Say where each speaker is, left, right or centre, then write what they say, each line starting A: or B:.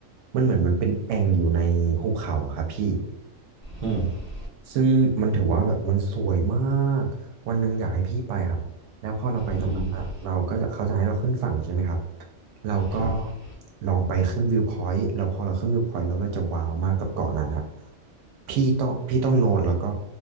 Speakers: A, on the right; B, on the right.
A: มันเหมือนมันเป็นแอ่งอยู่ในหุบเขาอะครับพี่
B: อืม
A: ซึ่งมันถือว่าแบบมันสวยมากวันหนึ่งอยากให้พี่ไปครับแล้วพอเราไปตรงนั้นอ่ะเราก็จะเขาจะให้เราขึ้นฝั่งใช่ไหมครับ
B: อืม
A: เราก็
B: ครับ
A: ลองไปขึ้นวิวพอยต์แล้วพอเราขึ้นวิวพอยต์แล้วเราจะว้าวมากกับเกาะนั้นครับพี่ต้องพี่ต้องโน้ตแล้วก็